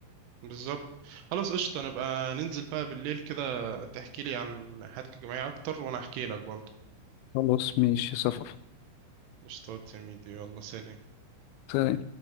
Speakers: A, on the right; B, on the left.
A: بالظبط خلاص قشطة نبقى ننزل بقى بالليل كده تحكي لي عن حياتك الجامعية اكتر وانا احكي لك برضو
B: خلاص ماشي صفا
A: قشطة يا ميدي يلا سلام
B: تمام